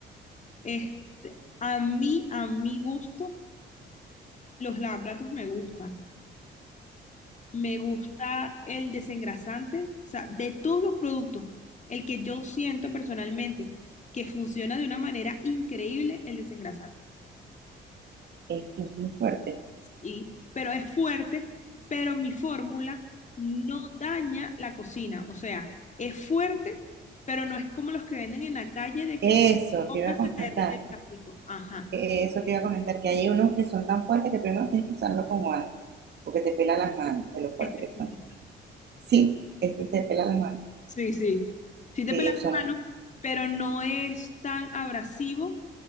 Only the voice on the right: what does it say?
Es, es muy fuerte.
Eso
te iba a comentar,
eh, eso te iba a comentar, que hay unos que son tan fuertes que primero tienes que usarlo con guantes, porque te pela las manos, de lo fuertes
que
son. Sí, este te pela las manos.
Sí,
son,